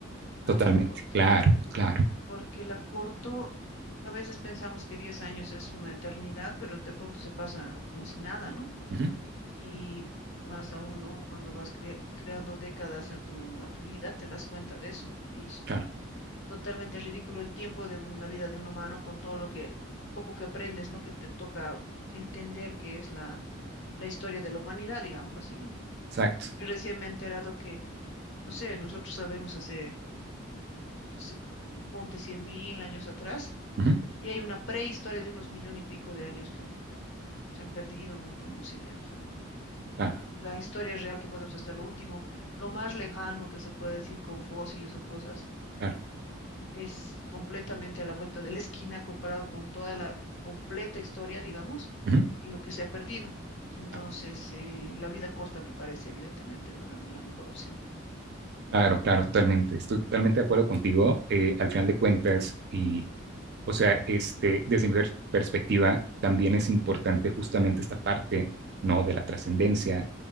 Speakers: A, on the left; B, on the right.
A: La
B: Totalmente.
A: vida corta.
B: Claro, claro.
A: Porque la corto, a veces pensamos que diez años es una eternidad, pero de pronto se pasa como si nada, ¿no?
B: Ujú,
A: y más aún, ¿no? Cuando vas cre- creando décadas a tu, a tu vida, te das cuenta de eso. Y es
B: claro.
A: totalmente ridículo el tiempo de una vida de un humano con todo lo que, poco que aprendes, ¿no? Que te toca entender que es la, la historia de la humanidad, digámoslo así, ¿no?
B: Exacto.
A: Que recién me he enterado que, no sé, nosotros sabemos hace, no sé, cu- ponte cien mil años atrás,
B: Ujú,
A: y hay una prehistoria de unos millón y pico de años que se han perdido, no tenemos idea, o sea.
B: claro,
A: la historia real que podemos hasta lo último, lo más lejano que se puede decir con fósiles o cosas,
B: claro.
A: es completamente a la vuelta de la esquina comparado con toda la completa historia, digamos,
B: Ujú,
A: y lo que se ha perdido. Entonces,
B: claro.
A: eh, la vida corta me parece evidentemente, ¿no? la la mejor opción.
B: Claro, claro, totalmente. Estoy totalmente de acuerdo contigo. eh, al final de cuentas, y, o sea, este, desde mi per- perspectiva, también es importante justamente esta parte, ¿no? De la trascendencia.